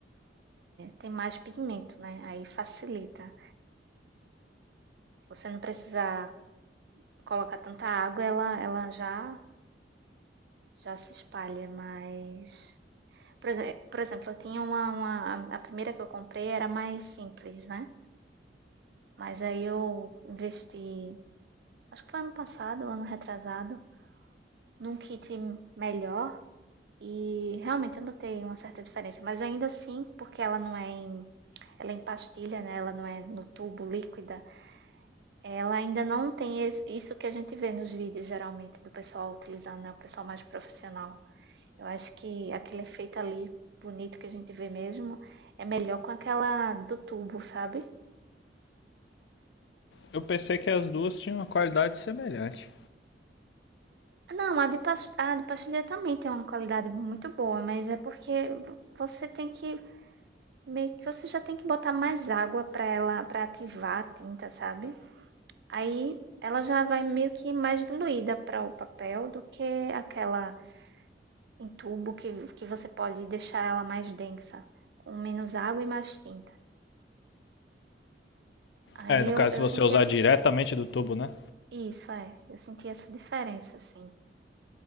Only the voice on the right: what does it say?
Tem mais pigmento, né? Aí facilita. Você não precisa colocar tanta água, ela, ela já, já se espalha, mas. Por, exe- por exemplo, eu tinha uma, uma. A primeira que eu comprei era mais simples, né? Mas aí eu investi, acho que foi ano passado, ano retrasado, num kit melhor. E realmente eu notei uma certa diferença, mas ainda assim, porque ela não é em, ela é em pastilha, né? Ela não é no tubo líquida, Ela ainda não tem es- isso que a gente vê nos vídeos, geralmente, do pessoal utilizando, né? O pessoal mais profissional. Eu acho que aquele efeito ali, bonito que a gente vê mesmo, é melhor com aquela do tubo, sabe?
Não, a de, pas- a de pastilha também tem uma qualidade muito boa, mas é porque vo- você tem que, meio que você já tem que botar mais água pra ela, para ativar a tinta, sabe? Aí ela já vai meio que mais diluída para o papel do que aquela em tubo que, que você pode deixar ela mais densa, com menos água e mais tinta. Aí
eu,
eu
senti
essa.
Isso, é. Eu senti essa diferença, assim,